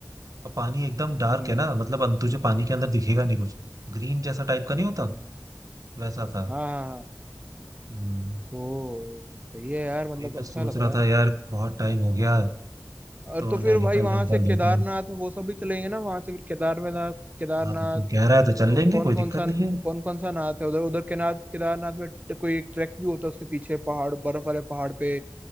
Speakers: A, on the right; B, on the right.
A: और पानी एकदम डार्क
B: हम्म
A: है ना मतलब अन- तुझे पानी के अंदर दिखेगा नहीं कुछ ग्रीन जैसा टाइप का नहीं
B: हम्म,
A: होता वैसा था
B: हाँ हाँ हाँ
A: हम्म,
B: ओ सही है यार मतलब
A: वही मैं
B: अच्छा
A: सोच
B: लग
A: रहा
B: रहा है
A: था यार बहुत टाइम हो गया
B: और
A: तो
B: तो फिर
A: नैनीताल
B: भाई वहां
A: वैनीताल
B: से केदारनाथ
A: देखे
B: वो सब भी चलेंगे ना वहां से फिर केदार केदारनाथ केदारनाथ
A: हाँ तो तू कह रहा है तो चल
B: तो
A: लेंगे
B: कौन
A: कोई दिक्कत
B: कौन सा
A: नहीं है
B: कौन कौन सा नाथ है उधर उधर केनाथ केदारनाथ में ट- कोई एक ट्रैक भी होता है उसके पीछे पहाड़ बर्फ वाले पहाड़ पे